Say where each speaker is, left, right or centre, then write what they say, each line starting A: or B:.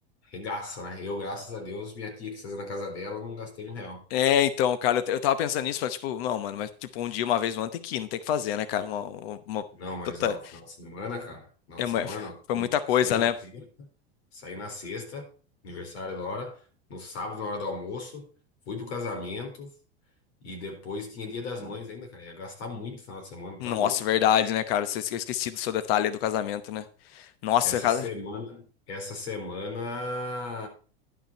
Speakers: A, on the left; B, on the left.
A: Regaça, né? Eu, graças a Deus, minha tia que tá fazendo na casa dela, eu não gastei um real.
B: É, então, cara, eu, t- eu tava pensando nisso, falei, tipo, não, mano, mas tipo, um dia, uma vez no ano tem que ir, não tem que fazer, né, cara? Uma, uma, uma
A: Não, mas
B: puta.
A: ó, final de semana, cara, final
B: é,
A: de
B: uma-
A: semana,
B: <laughs>
A: ó,
B: foi
A: saí
B: muita coisa,
A: saí na
B: né?
A: sexta, saí na sexta, aniversário da hora, no sábado, na hora do almoço, fui pro casamento e depois tinha Dia das Mães ainda, cara. Ia gastar muito final de semana, tá
B: Nossa,
A: louco,
B: verdade,
A: cara.
B: né, cara? Você esque- eu esqueci do seu detalhe aí do casamento, né? Nossa,
A: Essa
B: cara.
A: semana, essa semana,